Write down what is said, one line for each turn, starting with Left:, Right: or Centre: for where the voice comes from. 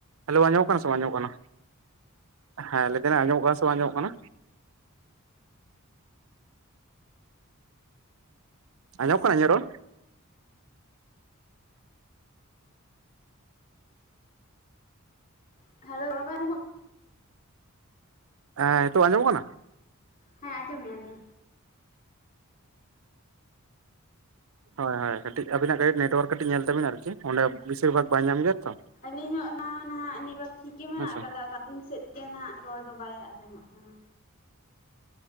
Right: Hello ᱟᱸᱡᱚᱢᱚᱜ ᱠᱟᱱᱟ ᱥᱮ ᱵᱟᱝ ᱟᱸᱡᱚᱢᱚᱜ ᱠᱟᱱᱟ, ᱦᱮᱸ ᱞᱟᱹᱭᱮᱫᱟᱹᱧ ᱟᱸᱡᱚᱢᱚᱜ ᱠᱟᱱᱟ ᱥᱮ ᱵᱟᱝ ᱟᱸᱡᱚᱢᱚᱜ ᱠᱟᱱᱟ? ᱟᱸᱡᱚᱢᱚᱜ ᱠᱟᱱᱟ ᱤᱧᱟᱜ ᱨᱚᱲ?
Left: ᱦᱮᱞᱳ <unintelligible>
Right: ᱦᱮᱸ ᱱᱤᱛᱳᱜ ᱟᱸᱡᱚᱢᱚᱜ ᱠᱟᱱᱟ?
Left: ᱦᱮᱸ ᱟᱸᱡᱚᱢᱮᱜ ᱟᱹᱞᱤᱧ᱾
Right: ᱦᱳᱭ ᱦᱳᱭ ᱠᱟᱹᱴᱤᱡ ᱟᱵᱤᱱᱟᱜ ᱠᱟᱹᱴᱤᱡ ᱱᱮᱴᱣᱟᱨᱠ ᱠᱟᱹᱴᱤᱡ ᱧᱮᱞ ᱛᱟᱵᱤᱱ ᱟᱨᱠᱤ ᱚᱸᱰᱮ ᱵᱤᱥᱤᱨ ᱵᱷᱟᱜᱽ ᱵᱟᱭ ᱧᱟᱢ ᱜᱮᱭᱟ ᱛᱚ᱾
Left: ᱟᱹᱞᱤᱧ ᱦᱚ ᱚᱱᱟ ᱱᱟᱦᱟᱜ ᱱᱮᱴᱣᱟᱨᱠ ᱴᱷᱤᱠ ᱜᱮ ᱢᱮᱱᱟᱜ
Right: ᱦᱮᱸᱥᱮ
Left: ᱟᱠᱟᱫᱟ ᱟᱫᱚ ᱟᱹᱵᱤᱱ ᱥᱮᱫᱼᱼ ᱚᱱᱛᱮᱱᱟᱜ ᱨᱚᱲ ᱫᱚ ᱵᱟᱭ ᱟᱸᱡᱚᱢᱚᱜ ᱠᱟᱱᱟ᱾